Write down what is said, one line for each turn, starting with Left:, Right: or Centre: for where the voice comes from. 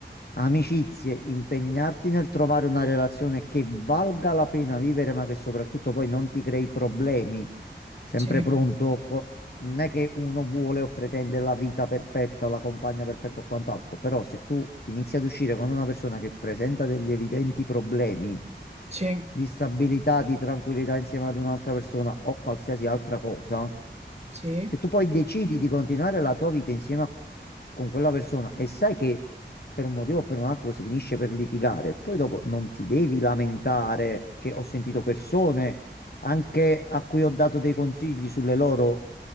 Left: amicizie, impegnarti nel trovare una relazione che valga la pena vivere, ma che soprattutto poi non ti crei problemi. Sempre
Right: Sì,
Left: pronto, co- non è che uno vuole o pretende la vita perfetta, la compagna perfetta o quant'altro, però se tu inizi ad uscire con una persona che presenta degli evidenti problemi
Right: sì,
Left: di stabilità, di tranquillità insieme ad un'altra persona o qualsiasi altra cosa,
Right: sì.
Left: se tu poi decidi di continuare la tua vita insieme a- con quella persona e sai che per un motivo o per un altro si finisce per litigare. Poi dopo non ti devi lamentare che ho sentito persone anche a cui ho dato dei consigli sulle loro